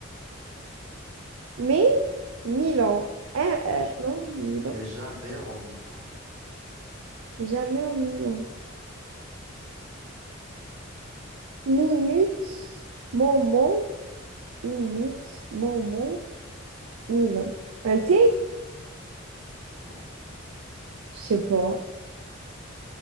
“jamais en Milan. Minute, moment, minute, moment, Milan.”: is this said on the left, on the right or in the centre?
Right